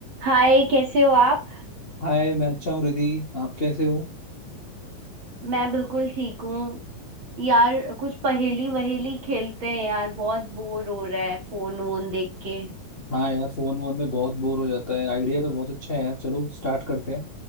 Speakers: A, on the right; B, on the left.
A: हाय कैसे हो आप
B: हाय मैं अच्छा हूँ रिधि आप कैसे हो
A: मैं बिल्कुल ठीक हूँ यार कुछ पहेली वहेली खेलते हैं यार बहुत बोर हो रहा है फोन वोन देख के
B: हाँ यार फोन वोन में बहुत बोर हो जाता है आइडिया तो बहुत अच्छा है यार चलो स्टार्ट करते हैं